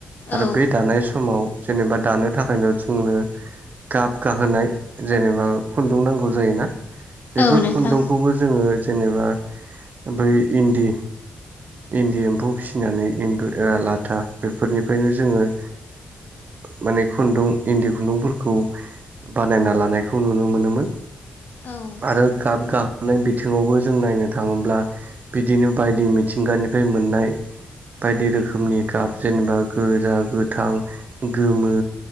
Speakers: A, on the right; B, on the left.
A: आरो
B: औ
A: बे दानाय समाव जेनेबा दानो थाखायनो जोंनो गाब गाहोनाय जेनेबा खुन्दुं नांगौ जायोना बेफोर
B: औ नोंथां
A: खुन्दुंखौबो जोङो जेनेबा ओै इन्दि इन्दि एम्फौ फिसिनानै एम लाथा बेफोरनिफ्रायनो जोङो माने खुन्दुं इन्दि खुन्दुंफोरखौ बानायना लानायखौ नुनो मोनोमोन
B: औ
A: आरो गाब गाखोनाय बिथिङावबो जों नायनो थाङोब्ला बिदिनो बायदि मिथिंगानिफ्राय मोननाय बायदि रोखोमनि कप जेनेबा गोजा गोथां गोमो